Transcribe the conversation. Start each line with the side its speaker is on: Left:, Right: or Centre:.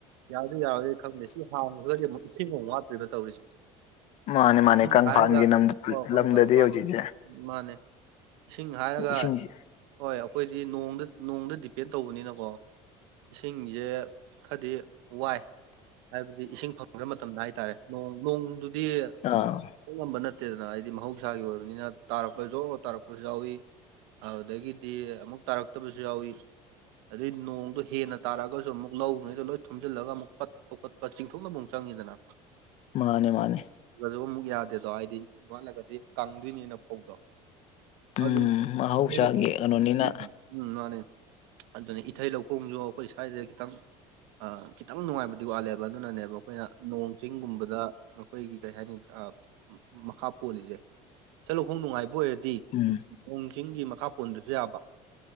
Right: ꯌꯥꯔꯗꯧ ꯌꯥꯔꯣꯏꯗꯣꯏꯔ ꯈꯪꯗꯦ ꯁꯤ ꯍꯥꯡꯈ꯭ꯔꯒꯗꯤ ꯑꯃꯨꯛ ꯏꯁꯤꯡ ꯑꯃꯨꯛ ꯋꯥꯠꯇꯣꯏꯕ ꯇꯧꯔꯤꯁꯤ
Left: ꯃꯥꯅꯦ ꯃꯥꯅꯦ
Right: ꯏꯪꯁꯤꯡ
Left: ꯀꯪꯐꯥꯟꯒꯤ
Right: ꯍꯥꯏꯔꯒ ꯍꯣꯏ ꯍꯣꯏ
Left: ꯂꯝꯗꯗꯤ
Right: ꯇꯧ
Left: ꯍꯧꯖꯤꯛꯁꯦ
Right: ꯃꯥꯟꯅꯦ ꯏꯁꯤꯡ ꯍꯥꯏꯔꯒ
Left: ꯏꯁꯤꯡꯁꯦ
Right: ꯍꯣꯏ ꯑꯩꯈꯣꯏꯗꯤ ꯅꯣꯡꯗ ꯅꯣꯡꯗ ꯗꯤꯄꯦꯟ ꯇꯧꯕꯅꯤꯅꯀꯣ ꯏꯁꯤꯡꯖꯦ ꯈꯗꯤ ꯋꯥꯏ ꯍꯥꯏꯕꯗꯤ ꯏꯁꯤꯡ ꯐꯪꯗꯔ ꯃꯇꯝꯗ ꯍꯥꯏꯇꯥꯔꯦ ꯅꯣꯡ ꯅꯣꯡꯗꯨꯗꯤ
Left: ꯑꯥ
Right: ꯇꯝ ꯉꯝꯕ ꯅꯠꯇꯦꯗꯅ ꯍꯥꯏꯗꯤ ꯃꯍꯧꯁꯥꯒꯤ ꯑꯣꯏꯕꯅꯤꯅ ꯇꯥꯔꯛꯄ ꯖꯣ ꯇꯥꯔꯛꯄꯁꯨ ꯌꯥꯎꯏꯤ ꯑꯗꯨꯗꯒꯤꯗꯤ ꯑꯃꯨꯛ ꯇꯥꯔꯛꯇꯕꯁꯨ ꯌꯥꯎꯏ ꯑꯗꯩ ꯅꯣꯡꯗꯣ ꯍꯦꯟꯅ ꯇꯥꯔꯛꯑꯒꯁꯨ ꯑꯃꯨꯛ ꯂꯧꯉꯩꯗ ꯂꯣꯏ ꯊꯨꯝꯖꯤꯜꯂꯒ ꯑꯃꯨꯛ ꯄꯠꯄ ꯈꯣꯠꯄ ꯆꯤꯡꯊꯣꯛꯅꯕ ꯑꯃꯨꯛ ꯆꯪꯉꯤꯗꯅ
Left: ꯃꯥꯅꯦ ꯃꯥꯅꯦ
Right: ꯑꯗꯨꯁꯨ ꯑꯃꯨꯛ ꯌꯥꯗꯦꯗꯣ ꯍꯥꯏꯗꯤ ꯋꯥꯠꯂꯒꯗꯤ ꯀꯪꯗ꯭ꯣꯏꯅꯤꯅ ꯐꯧꯗꯣ
Left: ꯎꯝ
Right: ꯑꯗꯨ
Left: ꯃꯍꯧꯁꯥꯒꯤ
Right: ꯑꯗꯨ
Left: ꯀꯩꯅꯣꯅꯤꯅ
Right: ꯎꯝ ꯎꯝ ꯃꯥꯅꯤ ꯑꯗꯨꯅꯤ ꯏꯊꯩ ꯂꯧꯈꯣꯡꯁꯨ ꯑꯩꯈꯣꯏ ꯁ꯭ꯋꯥꯏꯗ ꯈꯤꯇꯪ ꯑ ꯈꯤꯇꯪ ꯅꯨꯡꯉꯥꯏꯕꯗꯤ ꯋꯥꯠꯂꯦꯕ ꯑꯗꯨꯅꯅꯦꯕ ꯑꯩꯈꯣꯏꯅ ꯅꯣꯡ ꯆꯤꯡꯒꯨꯝꯕꯗ ꯑꯩꯈꯣꯏꯒꯤ ꯀꯩ ꯍꯥꯏꯅꯤ ꯑ ꯃꯈꯥ ꯄꯣꯜꯂꯤꯖꯦ ꯏꯊꯩ ꯂꯧꯈꯣꯡ ꯅꯨꯡꯉꯥꯏꯕ ꯑꯣꯏꯔꯗꯤ
Left: ꯎꯝ
Right: ꯅꯣꯡꯆꯤꯡꯒꯤ ꯃꯈꯥ ꯄꯣꯟꯗꯔꯁꯨ ꯌꯥꯕ